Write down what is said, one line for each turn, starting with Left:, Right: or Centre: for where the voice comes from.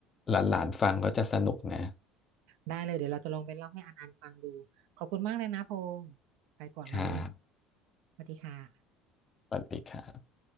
Left: หลานๆฟังแล้จะสนุกนะ
Right: ได้เลยเดี๋ยวเราจะลองไปเล่าให้อันอันฟังดูขอบคุณมากเลยนะพงษ์ไปก่อนวันนี้
Left: ครับ
Right: สวัสดีค่ะ
Left: สวัสดีครับ